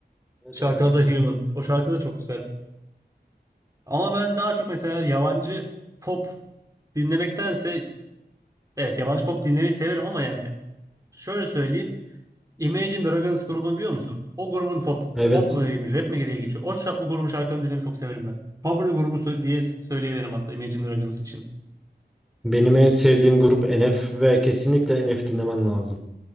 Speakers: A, in the centre; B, on the right.
A: Evet
B: Şarkının
A: evet.
B: adı da Human. O şarkı da çok güzel. Ama ben daha çok mesela yabancı pop dinlemektense evet yabancı pop dinlemeyi severim ama yani şöyle söyleyeyim. Imagine Dragons grubunu biliyor musun? O grubun pop
A: Evet.
B: pop mu diyeyim, rap mi diye geçiyor. O, şa- o grubun şarkılarını dinlemeyi çok severim ben. Favori grubum sö- diye söyleyebilirim hatta Imagine Dragons için.
A: Benim en sevdiğim grup NF ve kesinlikle NF dinlemen lazım.